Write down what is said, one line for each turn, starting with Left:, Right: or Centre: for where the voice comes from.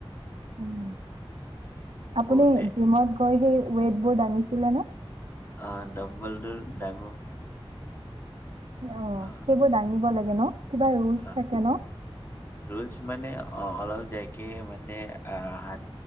Right: উম আপুনি
Left: বহুতে
Right: জিমত গৈ গে। ৱেইট বোৰ দাঙিছিলে ন?
Left: অ, ড্বম্বলটো দাঙো।
Right: অ
Left: আহ
Right: সেইবোৰ দাঙিব লাগ। শুন। <unintelligible> কিবা ৰোলছ
Left: আহ
Right: থাকে ন।
Left: ৰুলচ মানে অ অলপ যাইকে মানে আহ হাত